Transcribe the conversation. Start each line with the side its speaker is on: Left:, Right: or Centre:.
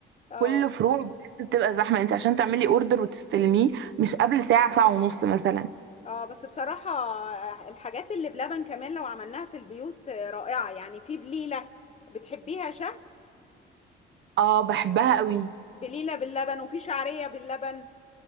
Left: اه
Right: كل فروع بجد بتبقى زحمه انت عشان تعملي اوردر وتستلميه مش قبل ساعه ساعه ونص مثلا
Left: اه بس بصراحة آه، الحاجات اللي بلبن كمان لو عملناها في البيوت آه، رائعة يعني في بليلة بتحبيها شه
Right: اه بحبها قوي
Left: بليلة باللبن وفي شعرية باللبن